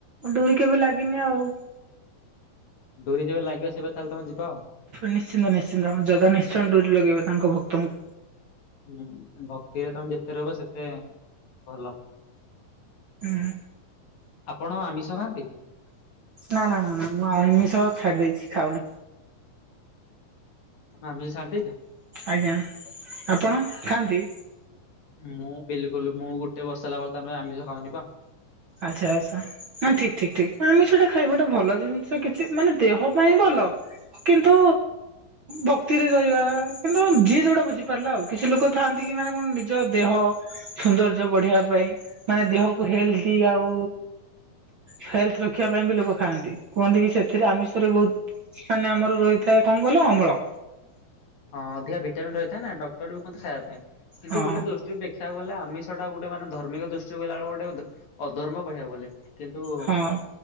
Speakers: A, on the right (about 50°); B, on the left (about 55°).
A: ଡୋରି କେବେ ଲାଗିନି ଆଉ।
B: ଡୋରି ଯେବେ ଲାଗିବ ସେବେ ତାହେଲେ ତମ ଯିବ। ଆଉ।
A: ନିଶ୍ଚିନ୍ତ ନିଶ୍ଚିନ୍ତ ଆମ ଜାଗା ନିଶ୍ଚୟ ଦୂର ଲଗେଇବ ତାଙ୍କ ଭ ତମ
B: ହୁଁ ଭକ୍ତିରେ ତମେ ଯେତେ ରହିବ ସେତେ ଭଲ।
A: ହୁଁ
B: ଆପଣ ଆମିଷ ଖାଆନ୍ତି?
A: ନା ନା ନା ନା ମୁଁ ଆମିଷ ଛାଡି ଦେଇଛି ଖାଉନି।
B: ତମେ ଆମିଷ ଛାଡ଼ି ଦେଇଛ?
A: ଆଜ୍ଞା ଆପଣ ଖାଆନ୍ତି?
B: ମୁଁ ବିଲକୁଲ ମୁଁ ଗୋଟେ ବର୍ଷ ହେଲା <unintelligible> ଆମିଷ ଖାଉନି ପା।
A: ଆଚ୍ଛା ଆଚ୍ଛା ନା ଠିକ ଠିକ ଠିକ ଆମେ ସେଟା ଖାଇବାଟା ଭଲ ଜିନିଷ କିଛି ମାନେ ଦେହ ପାଇଁ ଭଲ କିନ୍ତୁ ବକ୍ତିରେ ରହିବା କିନ୍ତୁ ଯିଏ ଯୋଉଟା ବୁଝିପାରିଲା ଆଉ କିଛି ଲୋକ ଥାଆନ୍ତି କି ମାନେ କଣ ନିଜ ଦେହ ସୌନ୍ଦର୍ଯ୍ୟ ବଢିବା ପାଇଁ ମାନେ ଦେହକୁ ହେଲ୍ଥ। ଆଉ ହେଲ୍ଥ ରଖିବା ପାଇଁ ବି ଲୋକ ଖାଆନ୍ତି କୁହନ୍ତି କି ସେଥିରେ ଆମିଷରେ ବହୁତ ମାନେ ଆମର ରହିଥାଏ କଣ କହିଲ ଅମଳ।
B: ହଁ ଅଧିକା ଭିଟାମନ୍ ରହିଛି। ତାଇଁ ନା ଡଟର କୁ କହନ୍ତି ଖାଇବା ପାଇଁଁ। କିନ୍ତୁ
A: ହଁ
B: ଗୋଟେ ଦୃଷ୍ଟିକୁ ଦେଖିବାକୁ ଗଲେ ଆମିଷଟା ଗୋଟେ। ଗୋଟେ ମାନେ ଧର୍ମିକ ଦୃଷ୍ଟି ଗଲା ବେଳକୁ ଗଟେ ଅଧର୍ମ କହିବାକୁ ଗଲେ। କିନ୍ତୁ
A: ହଁ